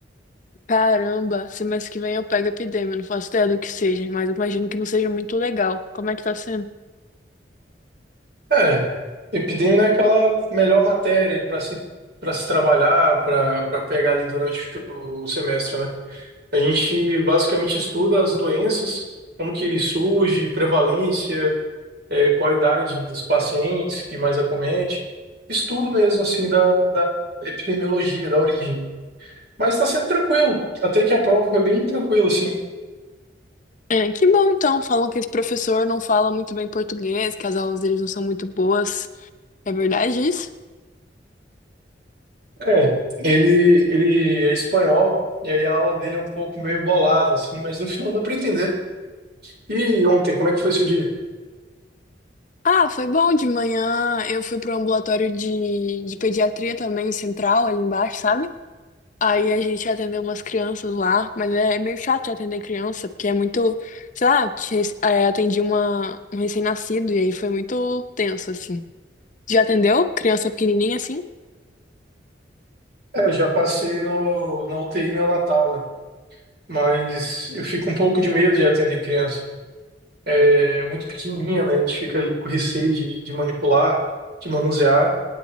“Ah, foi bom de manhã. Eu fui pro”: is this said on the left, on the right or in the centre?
Left